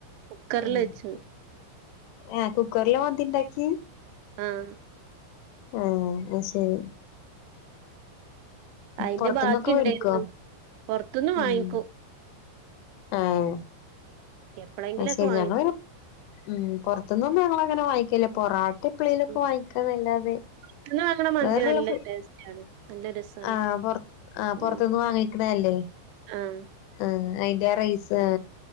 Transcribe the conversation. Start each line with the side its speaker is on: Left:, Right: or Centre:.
Right: കുക്കറില്
Left: ആഹ്
Right: വെച്ചു.
Left: ഏഹ് കുക്കറിലാ മന്തിണ്ടാക്കി?
Right: ആഹ്
Left: ഏഹ് അത് ശെരി.
Right: അയിന്റെ
Left: പൊറത്ത്ന്നൊക്കെ
Right: ബാക്കിണ്ടേര്ന്നു
Left: വേടിക്കോ
Right: പൊർത്ത്ന്ന് വാങ്ങിക്കും.
Left: ഉം ആഹ്
Right: എപ്പളെങ്കിലൊക്കെ
Left: അത് ശെരി
Right: വാങ്ങിക്കും
Left: ഞങ്ങള് പിന്നെ ഉം പൊർത്ത്ന്നൊന്നും ഞങ്ങളങ്ങനെ വാങ്ങിക്കേല്ല പൊറാട്ടെ എപ്പളേലൊക്കെ
Right: ഉം.
Left: വാങ്ങിക്കാന്നല്ലാതെ
Right: പുറത്തുന്ന് വാങ്ങണ മന്തി
Left: വേറെള്ള
Right: നല്ല
Left: ഫു
Right: <unintelligible> രസാണ്
Left: ആഹ് പൊർ ആഹ്
Right: ഉം
Left: പൊർത്ത്ന്ന് വാങ്ങിക്കണല്ലേ
Right: ആഹ്
Left: ഉം അയിന്റെ ആ റൈസും